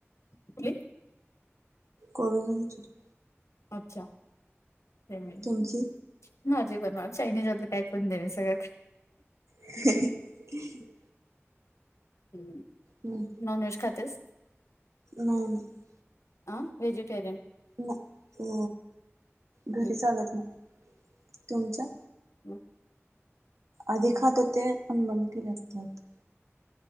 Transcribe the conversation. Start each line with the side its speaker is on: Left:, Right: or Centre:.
Left: कुठली?
Right: Korean Chile.
Left: अच्छा. <unintelligible>
Right: तुमची
Left: माझी का ना चायनीजातल काय पण नाही सगळे
Right: <inaudible>
Left: हू हू
Right: हम्म.
Left: नॉनव्हेज खातेस
Right: नाही नाही
Left: आ वेजिटेरियन
Right: ना हो घरी
Left: हम्म
Right: चालत नाही तुमच्या
Left: म-
Right: आधी खात होते पण बंद केले आत्ता आत्ता